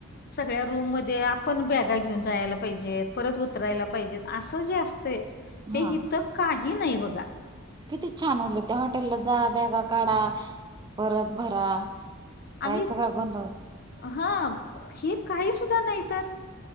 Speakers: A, on the left; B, on the right.
A: सगळ्या रूम मधे आपण बॅगा घेऊन जायला पाहिजेत, परत उतरायला पाहिजेत. असं जे असतय,
B: हा
A: ते इथ काही नाही बघा.
B: किती छान उलट! त्या हॉटेलला जा, बॅगा काढा, परत भरा. काय
A: आणि
B: सगळा गोधळच.
A: हा, हे काही सुद्धा नाही तर.